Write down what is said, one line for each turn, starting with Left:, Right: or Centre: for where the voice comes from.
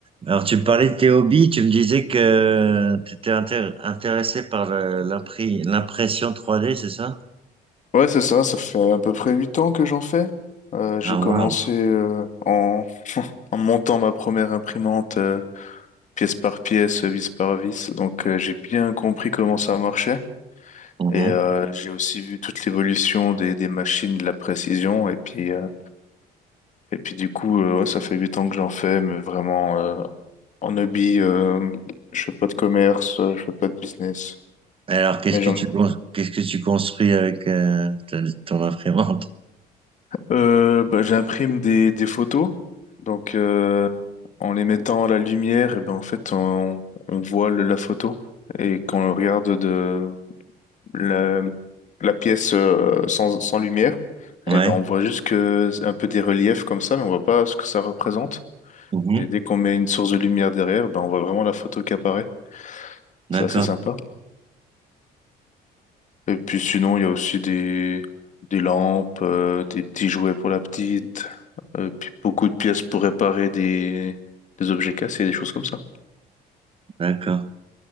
Right: Alors, tu me parlais de tes hobbies, tu me disais que tu étais intéressé par le- l'impri- l'impression trois d c'est ça?
Left: Ouais, c'est ça, ça fait à peu près huit ans que j'en fais. Euh, j'ai
Right: Ah,
Left: commencé
Right: waouh.
Left: euh, en, en montant ma première imprimante euh, pièce par pièce, vis par vis, donc euh, j'ai bien compris comment ça marchait.
Right: Mhm.
Left: Et euh, j'ai aussi vu toute l'évolution des, des machines, de la précision, et puis euh, et puis du coup, euh, ouais, ça fait huit ans que j'en fais, mais vraiment euh, en hobby, euh, je fais pas de commerce, euh, je fais pas de business,
Right: Alors, qu'est-ce
Left: mais
Right: que
Left: j'en
Right: tu, con- qu'est-ce que tu construis avec euh, ta- ton imprimante?
Left: Euh, bah, j'imprime des, des photos. Donc, euh, en les mettant à la lumière, et ben, en fait, on, on voit le- la photo. Et quand on regarde de la, la pièce euh, sans, sans lumière,
Right: Ouais.
Left: et ben, on voit juste que c'est un peu des reliefs comme ça, mais on voit pas ce que ça représente.
Right: Mhm.
Left: Et dès qu'on met une source de lumière derrière, ben, on voit vraiment la photo qui apparaît. C'est
Right: D'accord,
Left: assez sympa. Et puis sinon, il y a aussi des, des lampes, euh, des petits jouets pour la petite, euh, puis beaucoup de pièces pour réparer des, des objets cassés, des choses comme ça.
Right: d'accord.